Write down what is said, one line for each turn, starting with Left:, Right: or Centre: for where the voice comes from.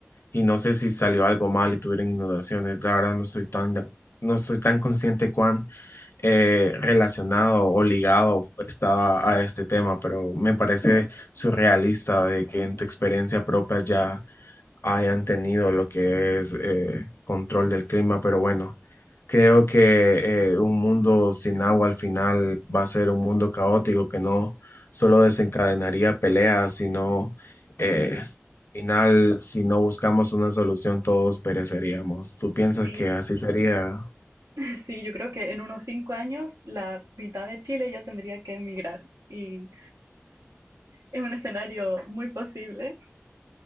Left: y no sé si salió algo mal y tuvieron inundaciones. La verdad no estoy tan, de- no estoy tan consciente cuán eh, relacionado o ligado estaba a este tema, pero me parece surrealista de que en tu experiencia propia ya hayan tenido lo que es eh, control del clima, pero bueno. Creo que eh, un mundo sin agua al final va a ser un mundo caótico que no solo desencadenaría peleas, sino eh,
Right: Ujú.
Left: al final, si no buscamos una solución, todos pereceríamos. ¿Tú piensas
Right: Sí,
Left: que así sería?
Right: <laughs> sí, yo creo que en unos cinco años la mitad de Chile ya tendría que emigrar y es un escenario muy posible.